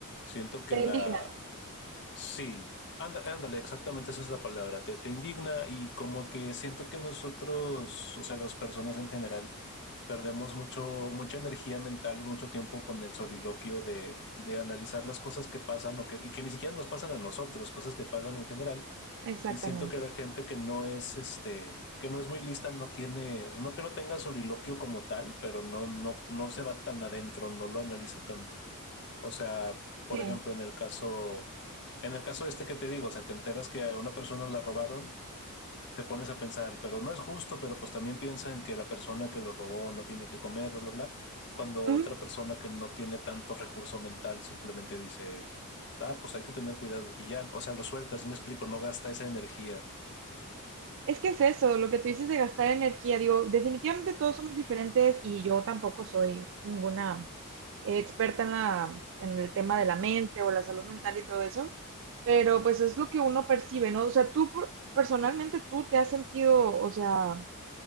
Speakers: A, on the left; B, on the right.
A: Siento que
B: Te
A: la,
B: indigna.
A: Sí, anda- ándale, exactamente esa es la palabra, te, te indigna y como que siento que nosotros, o sea, las personas en general, perdemos mucho, mucha energía mental y mucho tiempo con el soliloquio de, de analizar las cosas que pasan o que, y que ni siquiera nos pasan a nosotros, cosas que pasan en general.
B: Exactamente,
A: Y siento que la gente
B: sí.
A: que no es, este, que no es muy lista, no tiene, no que no tenga soliloquio como tal, pero no, no, no se va tan adentro, no lo analiza tanto. O sea, por
B: Sí.
A: ejemplo, en el caso, en el caso este que te digo, o sea, te enteras que a una persona la robaron, te pones a pensar, pero no es justo, pero pues también piensa en que la persona que lo robó no tiene que comer, bla, bla, bla, cuando otra
B: Ujú.
A: persona que no tiene tanto recurso mental simplemente dice, ah, pues hay que tener cuidado y ya, o sea, lo suelta, así me explico, no gasta esa energía
B: Es que es eso, lo que tú dices de gastar energía, digo, definitivamente todos somos diferentes y yo tampoco soy ninguna eh, experta en la, en el tema de la mente o la salud mental y todo eso, pero pues es lo que uno percibe, ¿no? O sea, tú por- personalmente tú te has sentido, o sea,